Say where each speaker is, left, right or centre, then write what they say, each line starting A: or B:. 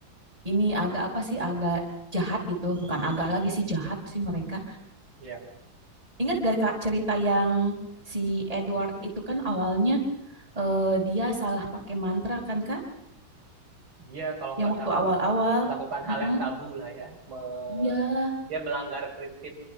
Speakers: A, on the right; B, on the right.
A: ini agak apa sih agak jahat gitu, bukan agak lagi sih jahat sih mereka.
B: Ya,
A: Ingat gak Kak cerita yang si Edward itu kan awalnya eh, dia salah pakai mantra kan Kak,
B: dia kalau
A: yang
B: nggak
A: waktu
B: salah
A: awal-awal.
B: melakukan hal
A: Heeh,
B: yang tabu lah ya. Me-
A: Iya,
B: dia melanggar prinsip